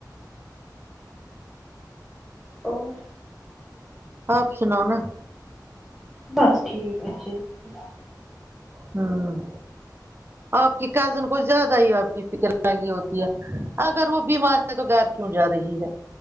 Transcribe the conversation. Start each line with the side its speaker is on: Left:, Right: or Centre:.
Centre: اور
Right: آپ سناؤ نا
Centre: بس ٹھیک اچھے سے ہے
Right: ہوں آپ کی کزن کو زیادہ ہی آپ کی فکر لگی ہوتی ہے اگر وہ بیمار تو گر کیوں جا رہی ہے